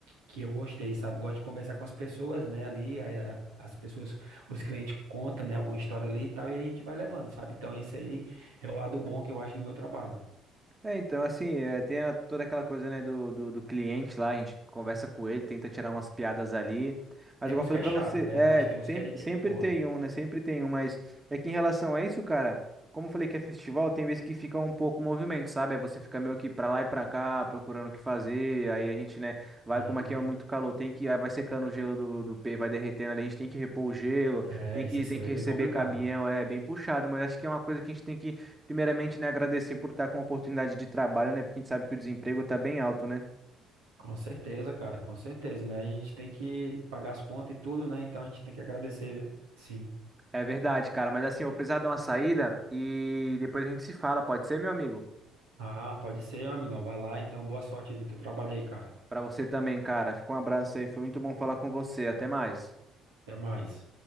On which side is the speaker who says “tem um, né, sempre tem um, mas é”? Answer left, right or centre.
Right